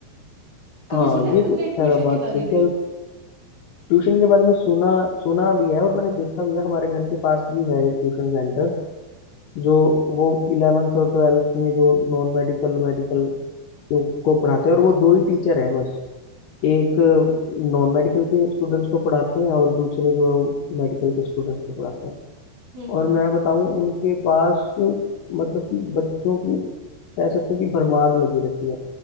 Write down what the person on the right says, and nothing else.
कभी
सुना है
तुमने
ट्यूशन
के बारे
में
हम्म हम्म
हम्म,